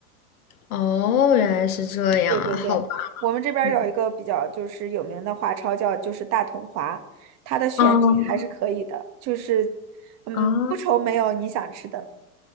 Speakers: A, on the left; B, on the right.
A: 哦，原来是这样啊！
B: 对对对，
A: 好吧，
B: 我们这边儿有一个比较就是有名的华超叫就是大统华，
A: 嗯，
B: 它的选品还是可以的，
A: 嗯
B: 就是嗯不愁没有你想吃的。
A: 哦，啊，